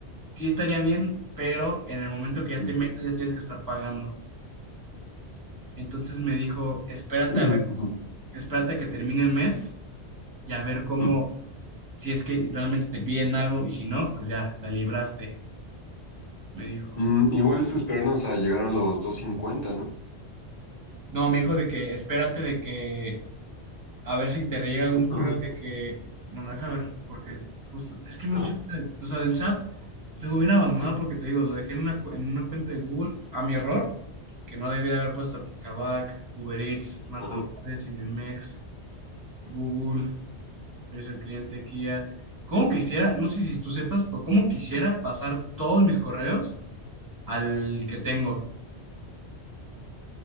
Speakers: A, on the right; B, on the left.
A: sí estaría bien, pero en el momento que ya
B: Mm.
A: te metes ya tienes que estar pagando. Entonces me dijo, espérate
B: <clears throat> Ujú.
A: a ver, espérate a que termine el mes y a ver cómo,
B: Mm,
A: si es que realmente te piden algo y si no, pues ya, la libraste, me dijo.
B: Mm, igual es esperarnos a llegar a los 250, ¿no?
A: No, me dijo de que espérate de que A ver si te llega algún
B: <clears throat> Ujú.
A: correo de que, no, no, deja ver, porque justo, es que
B: Ajá,
A: no he hecho nada, de- o sea, del SAT, lo tengo bien abandonado porque te digo, lo dejé en una, cu- en una cuenta de Google a mi error, que no debía de haber puesto Kavak, Uber Eats, Martinez,
B: ajá.
A: Cinemex, Google, Servicio al Cliente, Kia. ¿Cómo quisiera, no sé si tú sepas, pero cómo quisiera pasar todos mis correos al que tengo?